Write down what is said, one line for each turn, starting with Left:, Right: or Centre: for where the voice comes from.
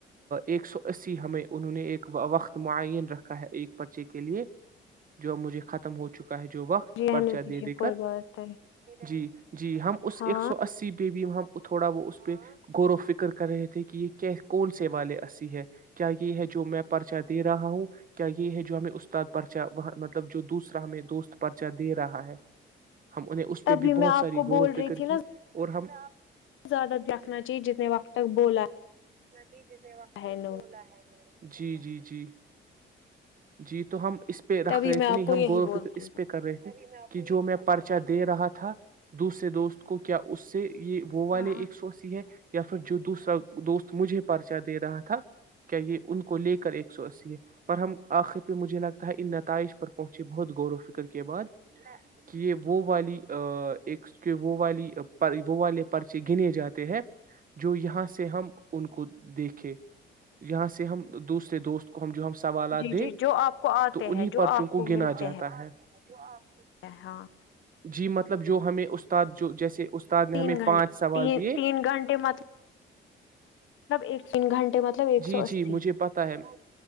Right: ایک سو اسی ہمیں انہوں نے ایک وقت مععین رکھا ہے ایک پرچے کے لیے جو اب مجھے ختم ہو چکا ہے جو وقت
Left: جی
Right: پرچہ
Left: ہیلو دیجیے
Right: دے دے
Left: کوئی
Right: کر
Left: بات نہیں
Right: جی جی ہم اس
Left: ہاں
Right: ایک سو اسی پ بھی ہم تھوڑا وہ اس پہ غور و فکر کر رہے تھے کہ یہ کون سے والے اسی ہے کیا یہ ہے جو میں پرچا دے رہا ہوں کیا یہ ہے جو ہمیں استاد پرچا وہ مطلب جو دوسرا ہمیں دوست پرچا دے رہا ہے ہم انہیں
Left: تبھی
Right: پہ بھی بہت
Left: میں آپ
Right: ساری
Left: کو
Right: غور
Left: بول
Right: و فکر
Left: رہی تھی
Right: کی
Left: نا
Right: اور ہم
Left: زیادہ دیکھنا چاہیے جتنے وقت تک بولا
Right: ج جنے وق
Left: ہے انہوں
Right: بلا
Left: نے
Right: ہے ن جی جی جی جی تو ہم اس پہ رکھ
Left: تبھی
Right: رہے
Left: میں
Right: تھے
Left: آپ
Right: نہیں
Left: کو
Right: ہم
Left: یہی
Right: ور
Left: بولتی
Right: و فکر اس
Left: ہوں
Right: پہ کر رہے تھے کہ جو میں پرچہ دے رہا تھا تھا دوسرے دوست کو کیا اس سے یہ وہ والے
Left: ہاں ہاں
Right: ایک سو سی ہے یا پھر جو دوسرا دوست مجھے پرچہ دے رہا تھا کیا یہ ان کو لے کر ایک سو اسی ہے پر ہم آخر پہ مجھے لگتا ہے ان نتائج پر پہنچے بہت غور و فکر کے بعد کہ یہ وہ والی ایک کہ وہ والی وہ والے پرچے گنے جاتے ہیں جو یہاں سے ہم ان کو دیکھے یہاں سے ہم دوسرے دوست ہم جو ہم سوالات
Left: جی
Right: دیں
Left: جی جو آپ کو آتے
Right: تو انہیں
Left: ہیں جو
Right: پرچوں
Left: آپ
Right: کو گنا
Left: ملتے
Right: جاتا
Left: ہیں
Right: ہے تو آ <inaudible>
Left: ہاں
Right: جی مطلب جو ہمیں استاد جو جیسے استاد نے
Left: تین
Right: ہمیں
Left: گھنٹے
Right: پانچ سوال دیے
Left: تین گھنٹے مطلب ایک تین گھنٹے مطلب ایک
Right: جی
Left: سو اسی
Right: جی مجھے پتا ہے